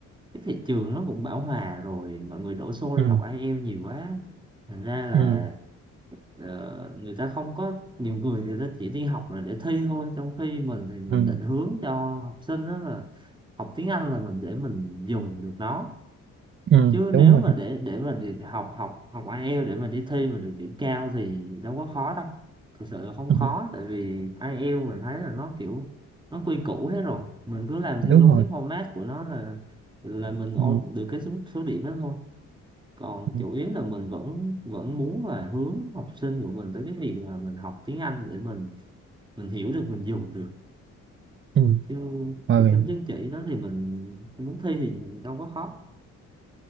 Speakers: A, on the right; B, on the right.
A: cái thị trường nó cũng bão hòa rồi mọi người đổ xô
B: ừ
A: đi học IELTS nhiều quá thành ra là
B: ừ
A: ờ, người ta không có nhiều người thì ta chỉ đi học là để thi thôi trong khi mình thì mình
B: ừ
A: định hướng cho học sinh đó là học tiếng Anh là mình để mình dùng được nó
B: ừ
A: chứ
B: đúng
A: nếu
B: rồi
A: mà
B: chứ.
A: để để mà đi học học học IELTS để mà đi thi mà được điểm cao thì đâu có khó đâu thực sự là không
B: ừ.
A: khó tại vì IELTS mình thấy là nó kiểu nó quy củ hết rồi mình cứ làm theo
B: đúng
A: đúng
B: rồi
A: cái format của nó là là mình ô-
B: ừ.
A: được cái số số điểm đó thôi còn
B: Ừ.
A: chủ yếu là mình vẫn vẫn muốn là hướng học sinh của mình tới cái việc là mình học tiếng Anh để mình mình hiểu được mình dùng được
B: Ừ.
A: chứ
B: Rồi
A: cái chấm chứng chỉ đó thì mình muốn thi thì đâu có khó